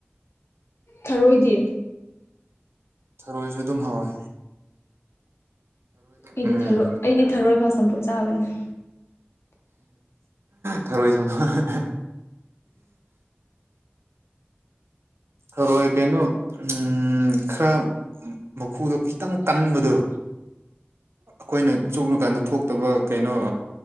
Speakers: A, on the left (about 80°); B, on the right (about 75°).
A: ꯊꯔꯣꯏꯗꯤ
B: ꯊꯔꯣꯏꯁꯨ ꯑꯗꯨꯝ ꯍꯧꯋꯦ
A: ꯑꯩꯗꯤ
B: ꯎꯝ
A: ꯊꯣꯏ ꯑꯩꯗꯤ ꯊꯔꯣꯏ ꯏꯐꯥ ꯆꯝꯐꯨꯠ ꯆꯥꯕꯅꯤ
B: ꯊꯔꯣꯏ ꯆꯝꯐꯨꯠ ꯍꯔꯣꯏ ꯀꯩꯅꯣ ꯎꯝ ꯈꯔ ꯃꯈꯨꯗꯣ ꯈꯤꯇꯪ ꯀꯟꯕꯗꯣ ꯑꯩꯈꯣꯏꯅ ꯆꯨꯞꯂꯨꯀꯥꯟꯗ ꯊꯣꯛꯇꯕ ꯀꯩꯅꯣ